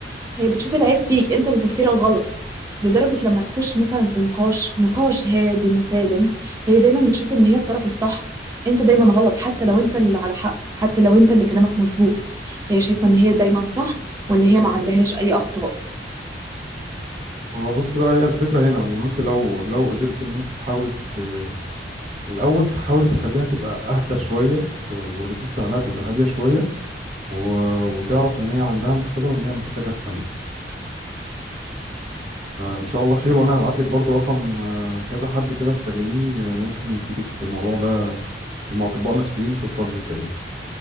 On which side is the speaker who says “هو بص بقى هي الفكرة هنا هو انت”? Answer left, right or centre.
Right